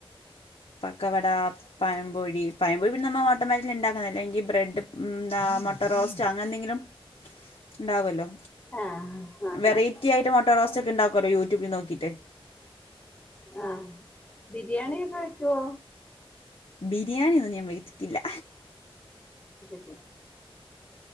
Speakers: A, on the left; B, on the left.
A: പക്കവട പയംപൊഴി പയംപൊഴി പിന്നെ നമ്മ ഹോട്ടല് മാതിരി ഇണ്ടാക്കുന്നല്ലെങ്കിൽ ബ്രെഡ് എന്താ മുട്ട റോസ്റ്റ് അങ്ങനെ എന്തെങ്കിലും ഇണ്ടാകുവല്ലോ
B: ആ ഹാ ഹാ
A: വെറൈറ്റിയായിട്ട്
B: ഹാ ഹാ
A: മുട്ട റോസ്റ്റ് ക്കെ ഇണ്ടാക്കുവല്ലോ യൂട്യൂബിൽ നോക്കിട്ട്
B: ആഹ ബിരിയാണിയൊക്കെ വെക്കുവോ
A: ബിരിയാണിന്നും ഞാൻ വച്ചക്കില്ല.
B: <unintelligible>